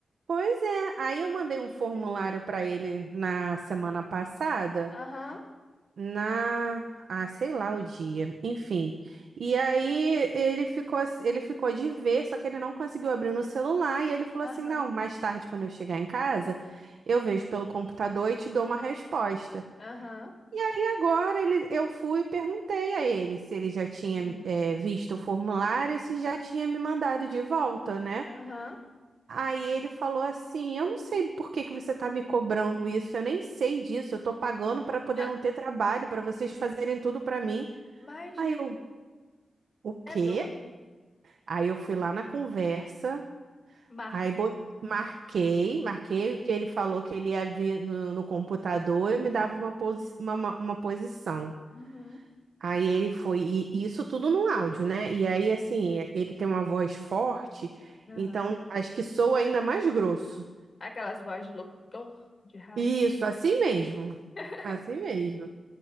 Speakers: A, on the right (about 80°); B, on the left (about 40°).
A: Pois é, aí eu mandei um formulário
B: Ai.
A: para ele na semana passada.
B: Aham,
A: Na, ah, sei lá o dia, enfim. E aí ele ficou, ass- ele ficou de ver, só que ele não conseguiu abrir no celular e ele falou
B: aham,
A: assim: "Não, mais tarde quando eu chegar em casa, eu vejo pelo computador e te dou uma resposta".
B: aham.
A: E agora ele, eu fui e perguntei a ele se ele já tinha
B: Sim.
A: eh, visto o formulário, e se já tinha me mandado de volta, né?
B: Aham.
A: Aí ele falou assim: Eu não sei por que que você tá me cobrando isso, eu nem sei disso, eu tô pagando pra poder
B: Ah,
A: não ter trabalho, pra vocês fazerem tudo pra mim.
B: mas,
A: Aí
B: gente,
A: eu, o quê?
B: é doido.
A: Aí eu fui lá na conversa,
B: Marcou.
A: aí bo- marquei, marquei o que ele falou que ele ia vir no, no computador e me dava uma, posi uma, uma uma posição.
B: Uhum.
A: Aí ele foi, e isso tudo no áudio, né? E aí,
B: Aham.
A: assim, ele tem uma voz forte,
B: Aham.
A: então acho que soa ainda mais grosso.
B: Aquelas vozes de locutor de rádio.
A: Isso, assim mesmo.
B: <laughs>
A: Assim mesmo.